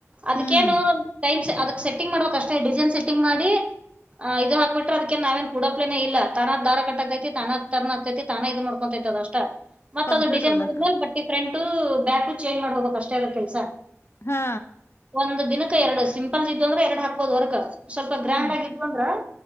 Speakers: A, on the right; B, on the left.
A: ಅದಕ್ಕೇನು
B: ಹ್ಮ್
A: ಟೈಮ್ ಅದಕ್ ಸೆಟ್ಟಿಂಗ್ ಮಾಡ್ಬೇಕಕ್ ಅಷ್ಟೇ ಡಿಸೈನ್ ಸೆಟ್ಟಿಂಗ್ ಮಾಡಿ ಆ ಇದು ಹಾಬ ಬಿಟ್ರೆದಕ ನಾವೇನ್ ಕುಡಪ್ಲೇ ಇಲ್ಲ ತಾನ ದಾರ ಕಟ್ಟ ಆತೈತಿ ತಾನ ತನ್ ಆಗ್ತೈತಿ ತಾನ ಇದ್ ಮಾಡ್ಕೊತೈತಿ ತದಷ್ಟ ಮತ್ತತ್
B: ಕಂಪ್ಯೂಟರ್ನಕ್ಕ
A: ಅದು ಡಿಸೈನ್ ಮಾಡಿದ್ಮೇಲೆ ಬಟ್ಟಿ ಫ್ರಂಟ್ ಬ್ಯಾಕು ಚೇಂಜ್ ಮಾಡ್ ಹೋಗಬೇಕಕ್ ಅಷ್ಟೇ ಅದ ಕೆಲಸ
B: ಹಾ
A: ಒಂದು ದಿನಕ್ಕೆ ಎರಡು ಸಿಂಪಲ್ ಇದ್ದ ಅಂದ್ರೆ ಎರಡ್ ಹಾಕ್ಬೋದುವರ್ಗ ಸ್ವಲ್ಪ
B: ಹ್ಮ್
A: ಗ್ರ್ಯಾಂಡ್ ಆಗಿದ್ವು ಅಂದ್ರ